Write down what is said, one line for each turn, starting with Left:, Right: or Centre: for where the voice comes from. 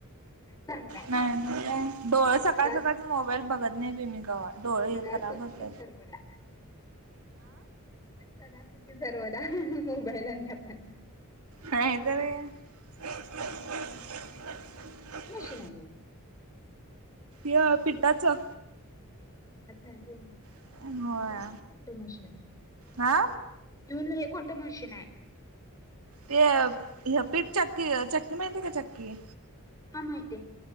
Left: चांगल आहे
Right: नाही नाही डोळ
Left: सदा
Right: सकाळ सकाळच मोबाईल बघत, नाही बाई मी कवा,
Left: सदा
Right: डोळे हे खराब
Left: सुखी
Right: होत.
Left: सर्वदा सदा सुखी सर्वदा, मोबाईल आणि आपण,
Right: नाही तर काय, <unintelligible>
Left: <unintelligible>
Right: य पिठ्टाचं,
Left: ह चाले म्हण
Right: होय
Left: ये कोणतो मशी, मी
Right: हा
Left: म्हण्टलं हे, कोणतं मशीन आहे.
Right: ते पीठ चक्की चक्की माहिती, का चक्की
Left: हां माहिती आहे,